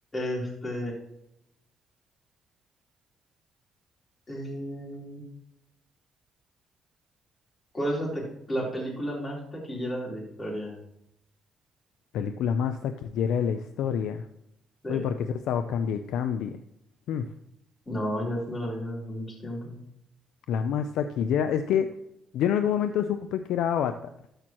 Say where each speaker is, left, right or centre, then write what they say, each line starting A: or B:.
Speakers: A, on the left; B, on the left.
A: Este, Eh, ¿cuál es la, ta- la película más taquillera de la historia?
B: Película más taquillera de la historia.
A: Sí.
B: Uy, porque eso ha estado cambie y cambie. Hmm.
A: No, ya siendo la misma desde hace mucho tiempo.
B: La más taquillera. Es que yo en algún momento supe que era Avatar.